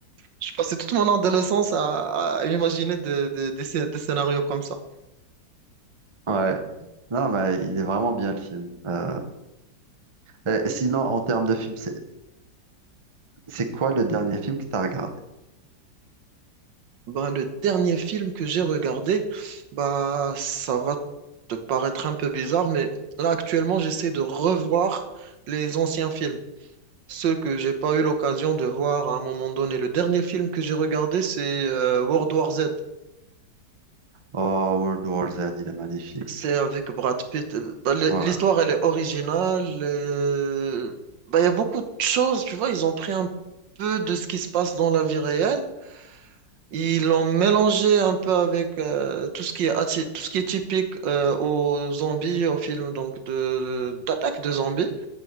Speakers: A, on the right (about 75°); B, on the right (about 25°).
A: je passais toute mon adolescence à, à imaginer des des- des scé- des scénarios comme ça.
B: Ouais. Non, mais il est vraiment bien le film. Euh, et sinon, en termes de film, c'est c'est quoi le dernier film que tu as regardé?
A: Ben, le dernier film que j'ai regardé, bah, ça va te paraître un peu bizarre, mais là actuellement j'essaie de revoir les anciens films, ceux que j'ai pas eu l'occasion de voir à un moment donné. Le dernier film que j'ai regardé, c'est euh, World War Z.
B: Oh, World War Z, il est magnifique.
A: C'est avec Brad Pitt. Euh, bah, l-
B: Ouais.
A: l'histoire, elle est originale. euh, bah, Il y a beaucoup de choses, tu vois, ils ont pris un peu de ce qui se passe dans la vie réelle Ils l'ont mélangé un peu avec euh, tout ce qui est, atti- tout ce qui est typique euh, aux zombies, aux films donc de d'attaque de zombies,